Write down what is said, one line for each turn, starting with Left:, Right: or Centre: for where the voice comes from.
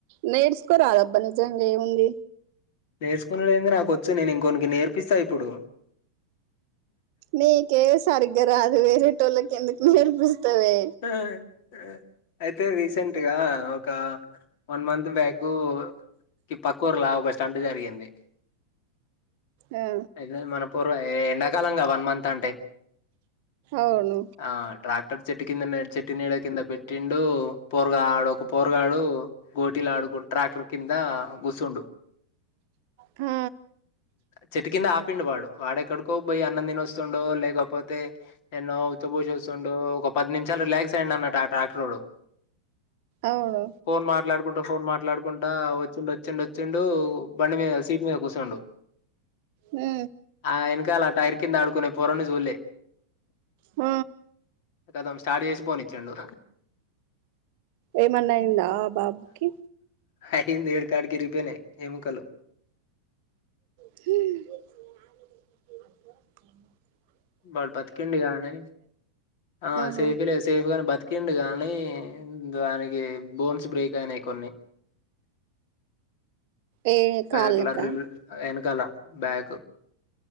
Right: నేర్చుకో రాదబ్బా నిజంగా ఏముంది
Left: నేర్చుకునేదేంది నాకొచ్చి నేను ఇంకొనికి నేర్పిస్తా ఇప్పుడు
Right: నీకే సరిగ్గా రాదు వేరే టోలకి ఎందుకు నేర్పిస్తావే
Left: ఉ ఉ అయితే రీసెంట్ గా ఒక వన్ మంత్ బ్యాకు ఈ పక్కూర్ల ఒక స్టంట్ జరిగింది
Right: ఆ
Left: వెళ్ళేది మన పూర్వ ఎండాకాలంగా వన్ మంత్ అంటే
Right: అవును
Left: ఆ ట్రాక్టర్ చెట్టు కిందనే చెట్టు నీడ కింద పెట్టిండు పోరుగాడు ఒక పోరుగాడు కోటిలాడుకుంటూ ట్రాక్టర్ కింద గుసుండు
Right: ఉ
Left: చెట్టు కింద ఆపిండు వాడు వాడెక్కడికో పోయి అన్నం తినేస్తుండు లేకపోతే తే ఎన్నో ఉచ్చభూషిస్తుండు ఒక పది నిమిషాలు రిలాక్స్ అన్నట్టు ఆ ట్రాక్టర్ రోడ్డు
Right: అవును
Left: ఫోన్ మాట్లాడుకుంటా ఫోన్ మాట్లాడుకుంటా వచ్చిండు వచ్చిండు వచ్చిండు బండి మీద సీట్ మీద కూర్చుండు
Right: ఉ
Left: ఆ వెనకాల టైర్ కింద ఆడుకుని కోరుడ్ని చూడలే
Right: ఉ
Left: గతం స్టార్ట్ చేసి పోనిచ్చిండు
Right: ఏమన్నా అయిందా? ఆ బాబుకి
Left: అయింది ఏడ యాటికి విరిగిపోయిన ఎముకలు
Right: ఉ
Left: వాడు బతికిండు గానీ ఆ
Right: ఆహా
Left: సెల్ఫీలే సేఫ్ గాని బతి బతికిండు గానీ దానికి బోన్స్ బ్రేక్ అయినాయి కొన్ని
Right: ఏ కాళ్ళకా
Left: బ్యాక్ లర్ వెనకాల బ్యాక్